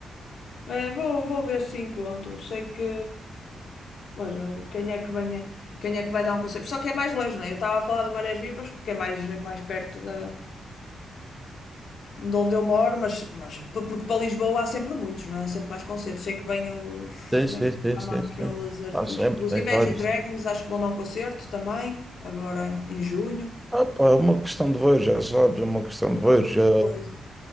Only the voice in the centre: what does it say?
Sim,
sim,
sim, sim,
sim.
Há sempre,
tens
vários.
sim.
Ah, pá, é uma questão de ver, já sabes, é uma questão de ver.
Já...